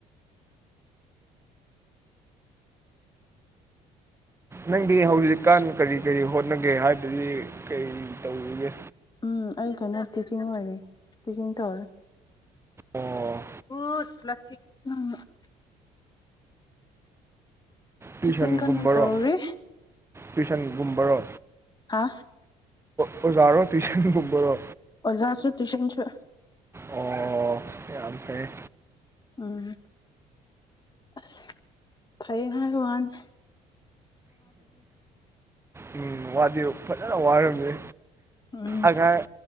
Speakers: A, on the right; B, on the left.
A: ꯅꯪꯗꯤ ꯍꯧꯖꯤꯛꯀꯥꯟ ꯀꯔꯤ ꯀꯔꯤ ꯍꯣꯠꯅꯒꯦ ꯍꯥꯏꯕꯗꯤ ꯀꯔꯤ ꯇꯧꯔꯤꯒꯦ
B: ꯎꯝ ꯑꯩ ꯀꯩꯅ‌ꯣ ꯇꯤꯆꯤꯡ ꯑꯣꯏꯔꯤ ꯇꯤꯆꯤꯡ ꯇꯧꯔꯤ <unintelligible>
A: ꯑꯣ ꯇꯨꯏꯁꯟꯒꯨꯝꯕꯔꯣ
B: ꯇꯤꯆꯤꯡ ꯀꯟꯅ ꯇꯧꯔꯤ
A: ꯇꯨꯏꯁꯟꯒꯨꯝꯕꯔꯣ
B: ꯍꯥ
A: ꯑꯣꯖꯥꯔꯣ ꯇꯨꯏꯁꯟ ꯒꯨꯝꯕꯔꯣ
B: ꯑꯣꯖꯥꯁꯨ ꯇꯨꯏꯁꯟꯁꯨ
A: ꯑꯣ ꯌꯥꯝ ꯐꯩꯌ‌ꯦ
B: ꯎꯝ ꯑꯁ ꯐꯩꯌ‌ꯦ ꯍꯥꯏꯋꯥꯅꯤ
A: ꯎꯝ ꯋꯥꯗꯤ ꯐꯖꯅ ꯋꯥꯔꯝꯅꯤ
B: ꯎꯝ
A: ꯑꯉꯥꯡ